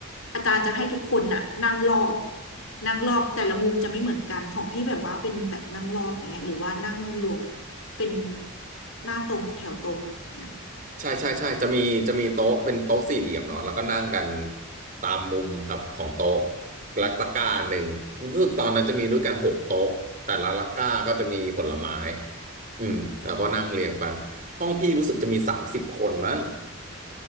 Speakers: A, on the left; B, on the right.
A: อาจารย์จะให้ทุกคนน่ะนั่งรอบนั่งรอบแต่ละมุมจะไม่เหมือนกันของพี่แบบว่าเป็นแบบนั่งรอบไหมหรือว่านั่งรวมเป็นหน้าตรงแถวตรงอย่างเงี้ย
B: ใช่ใช่ใช่จะมีจะมีโต๊ะเป็นโต๊ะสี่เหลี่ยมเนาะแล้วก็นั่งกันตามมุมครับของโต๊ะและตะกร้าหนึ่งรู้สึกตอนนั้นจะมีด้วยกันหกโต๊ะแต่ละตะกร้าก็จะมีผลไม้อืมแล้วก็นั่งเรียงกันห้องพี่รู้สึกจะมีสามสิบคนมั้ง